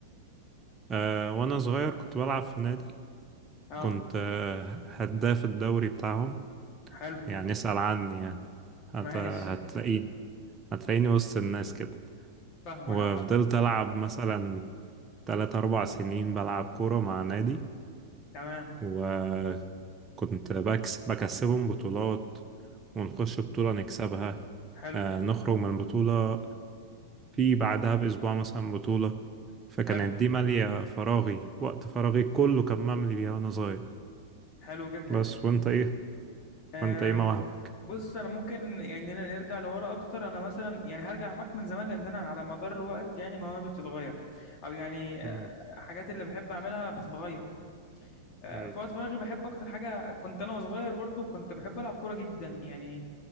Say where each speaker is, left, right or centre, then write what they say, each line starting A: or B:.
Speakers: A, on the right; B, on the left.
A: آه، وأنا صغير كنت بلعب في نادي
B: اه
A: كنت آه، هداف الدوري بتاعهم
B: حلو
A: يعني اسأل عني يعني هت...
B: <laughs> ماشي
A: هتلاقيني هتلاقيني وسط الناس كده
B: فاهمك
A: وفضلت
B: عامة
A: ألعب مثلا تلات أربع سنين بلعب كورة مع نادي
B: تمام
A: وكنت بكس... بكسبهم بطولات ونخش بطولة نكسبها
B: حلو
A: آه نخرج من البطولة في بعدها بأسبوع مثلا بطولة فكانت
B: حلو
A: دي مالية فراغي وقت فراغي كله كان مملي بيها وأنا صغير
B: حلو جدا
A: بس وأنت إيه
B: آه
A: وأنت إيه مواهبك؟
B: بص انا ممكن يعني ن- نرجع لورا اكتر انا مثلا يعني هرجع معاك من زمان لان انا على مدار الوقت يعني مواهبي بتتغير او يعني
A: امم
B: آه، حاجات اللي بحب اعملها بتتغير آه،
A: اي
B: في وقت فراغي بحب اكتر حاجه كنت انا وصغير برضو كنت بحب العب كوره جدا يعني